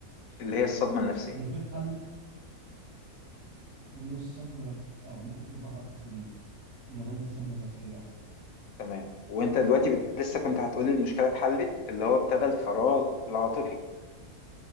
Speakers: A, on the left (about 70°); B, on the right (about 75°).
A: اللي هي الصدمة النفسية
B: المشكلة اتحلت مش صدمة نف... أه ممكن تكون طبعا تحت ال- مظلة الصدمة النفسية أه ممكن
A: تمام وانت دلوقتي بت... لسه كنت هتقولي المشكله اتحلت اللي هو ابتدى الفراغ العاطفي